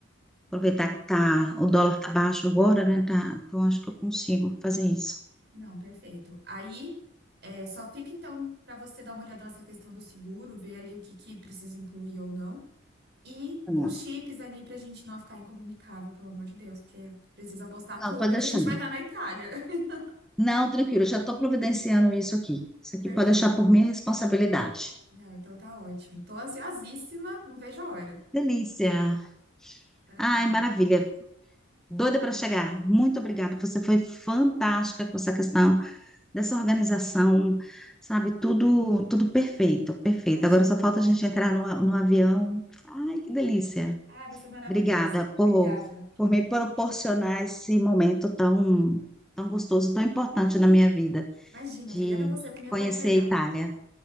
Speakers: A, in the centre; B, on the right.
A: Aproveitar que tá, o dólar tá baixo agora, né? Tá, então acho que eu consigo fazer isso.
B: Não, perfeito. Aí, é, só fica então para você dar uma olhada nessa questão do seguro, ver ali o que que precisa incluir ou não. E
A: É.
B: os chips ali para a gente não ficar incomunicável, pelo amor de Deus, porque precisa postar tudo
A: Não, pode
B: que
A: deixar.
B: a gente vai estar na Itália. <laughs>
A: Não, tranquilo, eu já estou providenciando isso aqui. Isso aqui
B: Perfeito.
A: pode deixar por minha responsabilidade.
B: Não, então tá ótimo. Tô ansiosíssima, não vejo a hora.
A: Delícia!
B: Maravilha.
A: Ai, maravilha! Doida para chegar. Muito obrigada. Você foi fantástica com essa questão dessa organização, sabe? Tudo, tudo perfeito, perfeito.
B: Imagina.
A: Agora só falta a gente entrar no, a- no avião. Ai, que delícia!
B: Ah, vai ser maravilhoso.
A: Obrigada
B: Obrigada.
A: por, por me proporcionar esse momento tão, tão gostoso, tão importante na minha vida,
B: Imagina,
A: de
B: obrigada a você por me
A: conhecer
B: acompanhar.
A: a Itália.